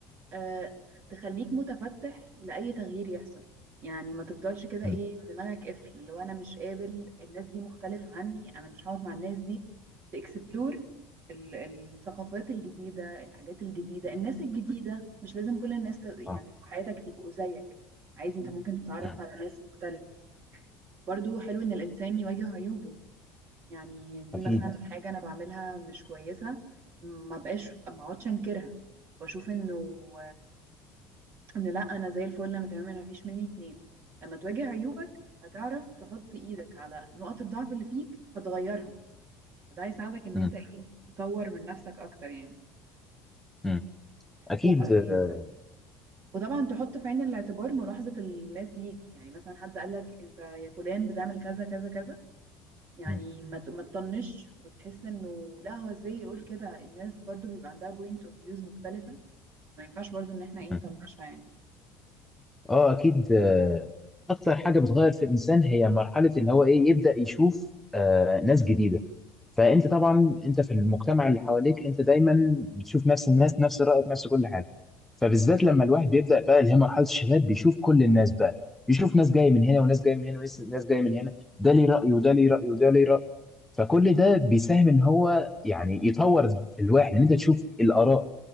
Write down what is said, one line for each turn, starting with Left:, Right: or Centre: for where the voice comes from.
Right: آه، تخليك متفتح لأي تغيير يحصل يعني ما تفضلش كده
Centre: مم.
Right: ايه دماغك قفل اللي هو انا مش قابل الناس دي مختلف عني انا مش هقعد مع الناس دي تكسبلور الثقافات الجديدة الحاجات الجديدة الناس الجديدة مش لازم كل الناس ت... يعني
Centre: اه
Right: في حياتك يبقوا زيك عادي انت ممكن تتعرف
Centre: مم.
Right: على ناس مختلف برضو حلو ان الانسان يواجه عيوبه يعني دي
Centre: اكيد
Right: مثلا حاجة انا بعملها مش كويسة ما بقاش ما اقعدش انكرها واشوف انه انه لا انا زي الفل انا تمام انا مفيش مني اتنين لما تواجه عيوبك هتعرف تحط ايدك على نقط الضعف اللي فيك فتغيرها فده هيساعدك ان
Centre: مم.
Right: انت ايه تطور من نفسك اكتر يعني
Centre: مم. اكيد
Right: وبرضه
Centre: آه،
Right: وطبعا تحط في عين الاعتبار ملاحظة الناس ليك يعني مثلا حد قالك انت يا فلان بتعمل كذا كذا كذا يعني
Centre: مم.
Right: ما ت- ما تطنش وتحس انه لا هو ازاي يقول كده الناس برضو بيبقى عندها بوينت اوف فيوز مختلفة ما ينفعش برضو ان احنا ايه
Centre: مم.
Right: نطنشها يعني
Centre: اه اكيد آه، اكتر حاجه بتغير في الانسان هي مرحله اللي هو ايه يبدا يشوف آه ناس جديده فانت طبعا انت في المجتمع اللي حواليك انت دايما بتشوف نفس الناس نفس رايك نفس كل حاجه فبالذات لما الواحد بيبدا بقى اللي هي مرحله الشباب بيشوف كل الناس بقى يشوف ناس جايه من هنا وناس جايه من هنا وناس جايه من هنا ده ليه راي وده ليه راي وده ليه راي فكل ده بيساهم ان هو يعني يطور في الواحد ان انت تشوف الاراء